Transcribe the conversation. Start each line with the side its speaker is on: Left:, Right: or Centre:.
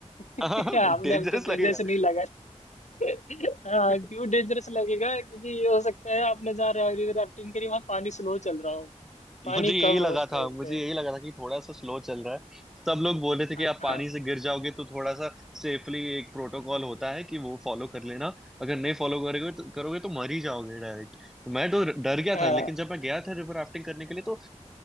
Centre: <laughs>
Left: <laughs> आपने
Centre: डेंजरस
Left: अब तक डेंजरस
Centre: लगेगा
Left: नहीं लगा हाँ
Centre: <laughs>
Left: क्यों डेंजरस लगेगा क्योंकि ये हो सकता है आपने जहाँ रिवर राफ्टिंग करी वहां पानी स्लो चल रहा हो पानी
Centre: मुझे यही
Left: कम
Centre: लगा
Left: हो उस
Centre: था
Left: टाइम
Centre: मुझे
Left: पे
Centre: यही लगा था कि थोड़ा सा स्लो चल रहा है सब लोग बोल रहे थे कि
Left: हाँ
Centre: आप पानी से गिर जाओगे तो थोड़ा सा सेफली एक प्रोटोकॉल
Left: हम्म,
Centre: होता है कि वो फॉलो कर लेना अगर नहीं फॉलो करोगे तो करोगे तो मर ही जाओगे डायरेक्ट तो मैं तो डर गया
Left: हाँ
Centre: था लेकिन जब मैं गया था रिवर राफ्टिंग करने के लिए तो